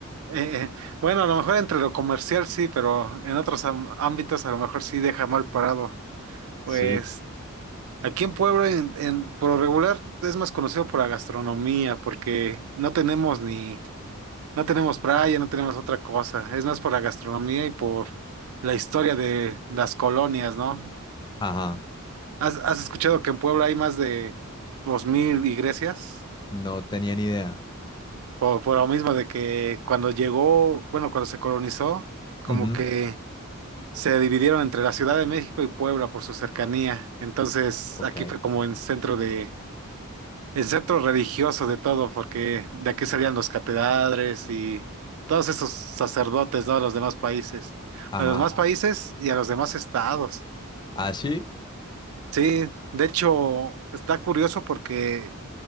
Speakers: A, on the right; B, on the left.
A: Eh, eh, bueno, a lo mejor entre lo comercial sí, pero en otros am- ámbitos a lo mejor sí deja mal parado. Pues
B: Sí.
A: aquí en Puebla, en, en- por lo regular, es más conocido por la gastronomía, porque no tenemos ni, no tenemos playa, no tenemos otra cosa. Es más por la gastronomía y por la historia de las colonias, ¿no?
B: Ajá,
A: ¿Has, has escuchado que en Puebla hay más de dos mil iglesias?
B: no tenía ni idea.
A: Por, por lo mismo de que cuando llegó, bueno, cuando se colonizó, como
B: Ujú,
A: que se dividieron entre la Ciudad de México y Puebla por su cercanía. Entonces,
B: Ok,
A: aquí fue como el centro de, el centro religioso de todo, porque de aquí salían los catedrales y todos esos sacerdotes, ¿no? De los demás países.
B: ajá,
A: A los demás países y a los demás estados.
B: así,
A: Sí, de hecho, está curioso porque